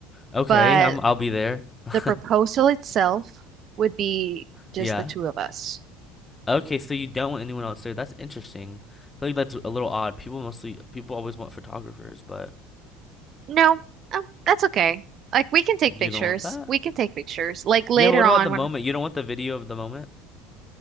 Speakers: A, on the left; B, on the right.
A: Okay,
B: But
A: I'm I'll be there. <laughs>
B: the proposal itself would be just
A: Yeah.
B: the two of us.
A: Okay, so you don't want anyone else there. That's interesting. I feel like that's a little odd. People mostly people always want photographers, but
B: No, um, that's okay. Like we can take
A: You
B: pictures.
A: don't want that?
B: We can take pictures. Like later
A: Yeah, what
B: on
A: about the
B: when
A: moment? You don't want the video of the moment?